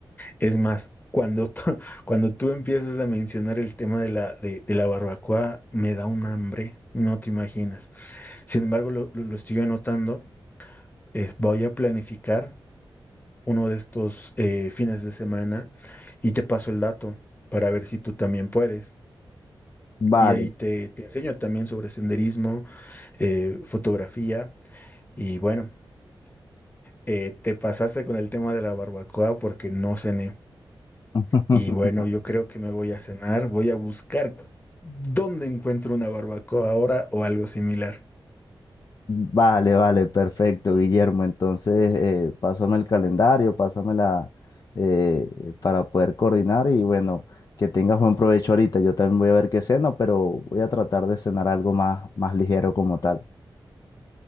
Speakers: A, on the left (about 20°); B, on the left (about 45°).
A: Es más, cuando, tú- <laughs> cuando tú empiezas a mencionar el tema de la, de, de la barbacoa, me da un hambre, no te imaginas. Sin embargo, lo, lo- lo estoy anotando, es, voy a planificar uno de estos eh, fines de semana y te paso el dato para ver si tú también puedes.
B: Vale.
A: Y ahí te, te enseño también sobre senderismo, eh, fotografía y bueno, eh, te pasaste con el tema de la barbacoa porque no cené.
B: <laughs>
A: Y bueno, yo creo que me voy a cenar, voy a buscar dónde encuentro una barbacoa ahora o algo similar.
B: Vale, vale, perfecto, Guillermo. Entonces, eh, pásame el calendario, pásame la, eh, para poder coordinar y bueno, que tengas buen provecho ahorita. Yo también voy a ver qué ceno, pero voy a tratar de cenar algo más, más ligero como tal.